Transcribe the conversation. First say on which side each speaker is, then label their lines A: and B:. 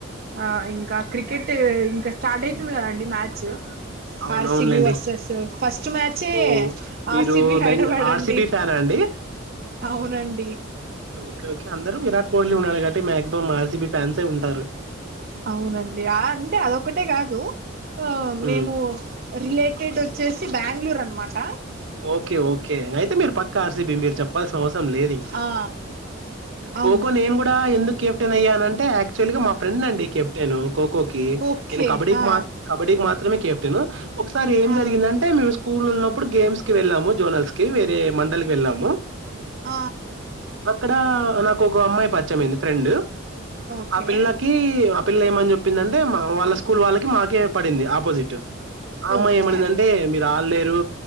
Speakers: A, on the right (about 50°); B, on the right (about 65°).
A: ఆ ఇంకా క్రికెట్ అంటే ఇంకా స్టార్ట్ అయ్తుంది కదండి మ్యాచ్
B: అవునవునులేండి
A: ఆర్సిబి వర్సెస్ ఫస్ట్ మ్యాచే
B: ఓ మీరు
A: ఆర్సిబి హైదరాబాద్
B: బెంగ ఆర్సిబి
A: అండి
B: ఫ్యానా అండి
A: అవునండి
B: ఓకే ఓకే అందరూ విరాట్ కోహ్లీ ఉన్నాడు కాబట్టి మాక్సిమం ఆర్సిబి ఫ్యాన్సె ఉంటారు
A: అవునండి ఆ అంటే అదొక్కటే కాదు ఆ
B: హ్మ్.
A: మేము రిలేట్ స్టేట్ వచ్చేసి బెంగళూరు అన్మాట
B: ఓకే ఓకే అయితే మీరు పక్క ఆర్సిబి మీరు చెప్పాల్సిన అవసరం లేదు. ఇంక
A: ఆ అవును
B: కోకో నేను కూడా ఎందుకు కెప్టెన్ అయ్యానం అంటే యాక్చువల్గా మాక్ ఫ్రెండ్ అండి కెప్టెన్ కోకో కి
A: ఓకే
B: నేను కబడ్డీకి
A: ఆ
B: మా కబడ్డీకి మాత్ మాత్రమే కేప్టెను ఒకసారి ఏం
A: ఆ
B: జరిగిందంటే మేము స్కూల్ ఉన్నప్పుడు గేమ్స్ కి వెళ్ళాము జోనల్స్ కి వేరే మండలికి వెళ్ళాము
A: ఆ
B: అక్కడ నాకు ఒక అమ్మాయి పరిచమైంది ఫ్రెండు
A: ఓకే
B: ఆ పిల్లకి ఆ పిల్ ఆపిల్ల చెప్పిందంటే మా వాళ్ళ స్క్ స్కూల్ వాళ్ళకి మాకే పడింది ఆపోజిట్ ఆ అమ్మాయి
A: ఓకే
B: ఏమైందంటే మీరు ఆడలేరు